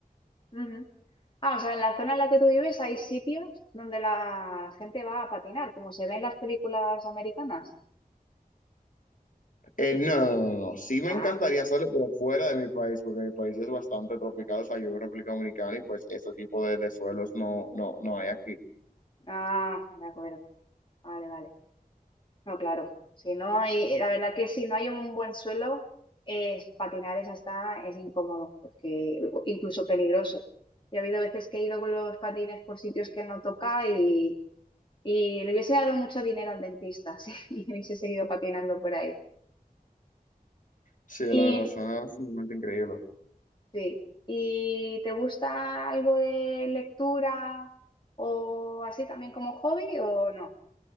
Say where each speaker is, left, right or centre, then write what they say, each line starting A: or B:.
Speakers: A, on the left; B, on the left.
A: Ujú. Ah, o sea, en la zona en la que tú vives hay sitios donde la gente va a patinar, como se ve en las películas americanas.
B: Eh, no, no, no, no. no. Sí me
A: Ah,
B: encantaría hacerlo, pero fuera de mi país, porque mi país es bastante tropical, o sea, yo vivo en República Dominicana y pues este tipo de, de suelos no, no, no hay aquí.
A: ah, de acuerdo. Vale, vale. No, claro. Si no hay, la verdad que si no hay un buen suelo, eh, patinar es hasta es incómodo, porque incluso peligroso. Y ha habido veces que he ido con los patines por sitios que no toca y, y le hubiese dado mucho dinero al dentista, <laughs> sí, y hubiese seguido patinando por ahí.
B: Sí,
A: Y
B: la verdad, suena sumamente increíble.
A: sí, ¿y te gusta algo de lectura o así también como hobby o no?